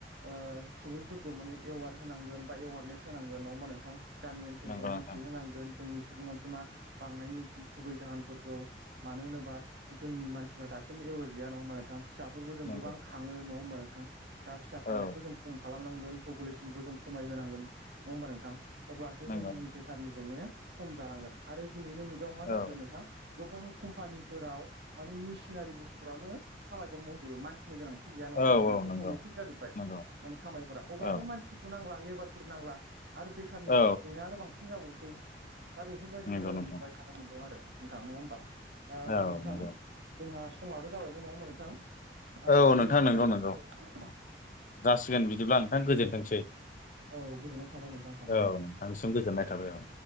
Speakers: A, on the right; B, on the left.
A: ओ सुबुंफोरखौ माने एवार् होनांगोन बा एवारनेस होनांगोन नङा होमबा नोंथां? गामि ओनसोलफोराव
B: नंगौ नोंथां
A: मिथिहोनांगोन जोंनि सुबुं अनजिमा बांनायनि गुबै जाहोनफोरखौ। मानो होनोबा जोंनि मानसिफ्रा दासिमबो एवेर गैया नङा होनबा नोंथां? फिसाफोरखौ जों
B: नंगौ
A: गोबां खाङो नङा होमबा नोंथां दा फिसा खांनायखौ
B: औ
A: जों खम खालामनांगोन पपुलेसनखौ जों खमायहांगोन नङा होमबा नोंथां? अब्लासो
B: नंगौ
A: जोंनि
B: नोंथां
A: बेखारनि जेंनाया खम जालांगोन आरो दिनैनि मुगायाव मा जाखो
B: औ
A: नोंथां? गोबां कम्पानिफोराव माने मेसिनारि बुस्थुफोराव नोङो खामायखौ मावजोबो मानसि गोनांथि गैया नङा होनबा
B: औ
A: नोंथां
B: औ नंगौ
A: अट'मेटिक जाबाय
B: नंगौ
A: माने खामायफोरा अब्लाथ'
B: औ
A: मानसिखौ नांला लेबारफोर नांला आरो बेखारनि
B: औ
A: जे जें नाय आरो बांसिन जाबावसै दा बेफोरबायदिखौ
B: नंगौ
A: जोङो
B: नोंथां
A: नुबाय थानो मोनदों आरो नोंथां नङा होमबा? दा
B: औ
A: नोंथां
B: नंगौ
A: जोंहा समाबो जाबायबो नङा नोंथां? आ
B: औ
A: नोंथांजों
B: नोंथां
A: सावरायलांनाय
B: नंगौ नंगौ जासिगोन बिदिब्ला नोंथां गोजोनथोंसै
A: औ गोजोननाय थाबाय नोंथां थारैनो
B: औ थांनिसिम गोजोन्नाय थाबाय औ